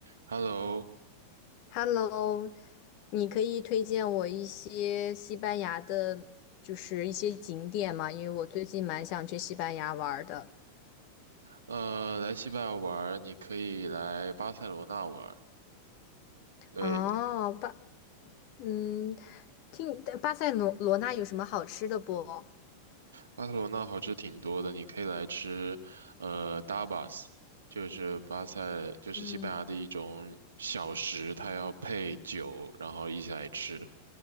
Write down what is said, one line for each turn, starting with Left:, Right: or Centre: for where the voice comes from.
Right: Hello，
Left: Hello，你可以推荐我一些西班牙的，就是一些景点吗？因为我最近蛮想去西班牙玩儿的。
Right: 呃，来西班牙玩儿你可以来巴塞罗那玩儿对，
Left: 哦，巴，嗯，听巴塞罗罗那有什么好吃的不？
Right: 巴塞罗那好吃挺多的，你可以来吃，呃，tapas，就是巴塞，就是西班牙的一种小食，
Left: 嗯，
Right: 它要配酒，然后一起来吃。